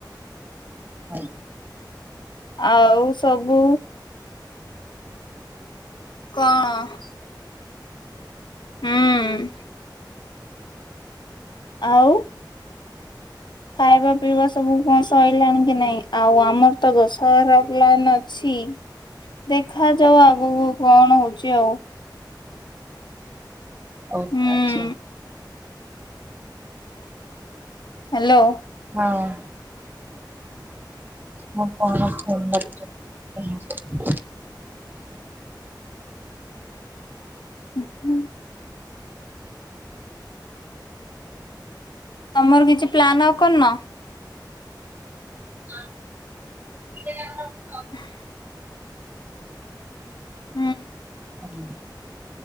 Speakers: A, on the right; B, on the left.
A: ହଉ।
B: ଆଉ ସବୁ କଣ? ହୁଁ ଉଁ ଆଉ ଖାଇବା ପିଇବା ସବୁ କଣ ସରିଲାଣି କି ନାଇଁ? ଆଉ ଆମର ତ ଦଶହରା ପ୍ଲାନ ଅଛି ଛି, ଦେଖାଯାଉ ଆଗକୁ କଣ ହଉଚି ଆଉ?
A: ଓ ହୋ
B: ହୁଁ
A: ଆଛା।
B: ହାଲୋ।
A: ହଁ ଅଁ ମୋ କଣ <unintelligible>
B: ହୁଁ ହୁଁ। ତମର କିଛି ପ୍ଲାନ୍ ଆଉ କରିନ?
A: <unintelligible>
B: <unintelligible> ହଁ ହୁଁ।
A: <inaudible>